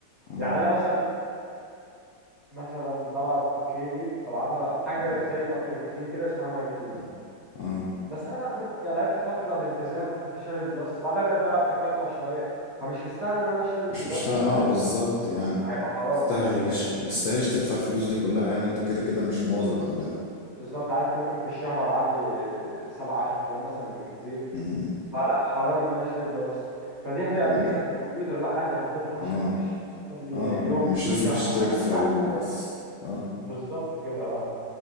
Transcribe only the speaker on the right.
يعني انا مثلا مثلا بلعب 2K دي بلعبها حاجه
زي الالتيميت تيم كده اسمها ماي تيم
بس انا بقى ممكن يعني لعبت فتره بالتزام فكنت شاري البلس بعدها بقيت بلعب تقطع شويه فمش مستاهل ان انا اشتري البلس
مش
عايز
اشتري
هيبقى حرام
هيضيع يعني
بالظبط عارف انت ممكن في الشهر العب لي 7 10 ايام مثلا بالكتير
فلا حرام ان انا اشتري بلس فدي هتبقى
ميزه في الكمبيوتر لا عادي حبيت اخش
هخش قبل يوم
شهر
حتى
راح
ساعات
بالظبط كده اه